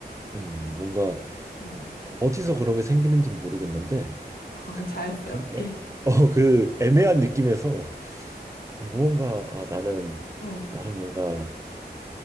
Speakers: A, on the right (about 15°); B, on the left (about 60°).
A: 음. 뭔가
B: 음.
A: 어디서 그런 게 생기는지 는 모르겠는데 그,
B: <laughs> 자연스럽게.
A: 그 애, 어, 그 애매한 느낌에서 <laughs> 무언가 아 나는
B: 어.
A: 나는 뭔가